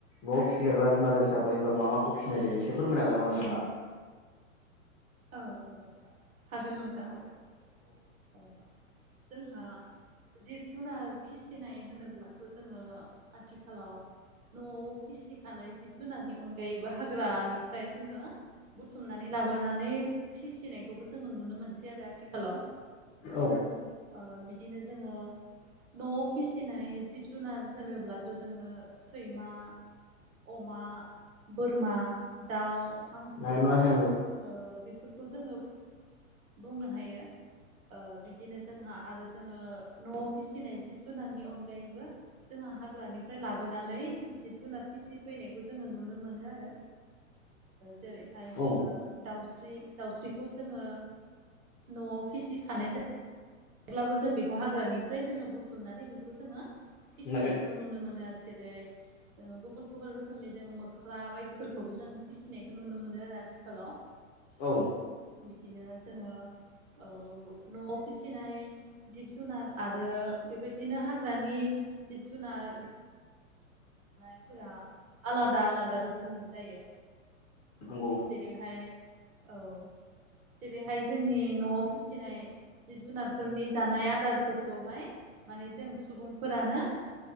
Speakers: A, on the left; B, on the right.
A: न'आव फिसिजाग्रा जुनार हिसाबै बा मा माखौ फिसिनाय जायो एसेफोर मोननो हागोनामा नोंथाङा?
B: औ औ नोंथां हागोन नोंथाङा हागोन औ जोंहा जिब जुनार फिसिनाय होनोब्लाथ' जोङो आथिखालाव न'आव फिसिखानाय जिब जुनारनि अनगायैबो हाग्रानिफ्राय जोङो बुथुमनानै लाबोनानै फिसिनायखौबो जोङो नुनो मोनसै आरो आथिखालाव
A: औ
B: ओ बिदिनो जोङो न'आव फिसिनाय जिब जुनार होनोब्लाथ' जोङो सैमा अमा बोरमा दाउ हांसो
A: नागिरना मोनाखै आंबो
B: ओ बेफोरखौ जोङो बुंनो हायो ओ बिदिनो जोंहा आरो जोङो न'आव फिसिनाय जिब जुनारनि अनगायैबो जोंहा हाग्रानि ओमफ्राय लाबोनानै जिब जुनार फिसि फैनायखौ जोङो नुनो मोनो आरो जेरैहाय जोङो
A: औ
B: दाउस्रि दाउस्रिखौ जोङो न'आव फिसिखानाय जायो। अेब्लाबो जों बेखौ हाग्रानिफ्राय जोङो बुथुमनानै बेखौ जोङो फिसिनायखौ
A: नागिर
B: नुनो मोनो आरो जेरै जोङो गुबुन गुबुन रोखोमनि जों मोख्रा बायदिफोरखौबो जोङो फिसिनायखौ नुनो मोनो आरो आथिखालाव
A: औ
B: बिदिनो जोङो औ न'आव फिसा फिनाय जिब जुनार आरो बेबायदिनो हाग्रानि जिब जुनार फोरा आलादा आलादा रोखोमनि जायो।
A: नंगौ
B: जेरैहाय औ जेरैहाय जोंनि न'आव फिसिनाय जिब जुनारफोरनि जानाय आदारफोरखौहाय माने जों सुबुंफोरानो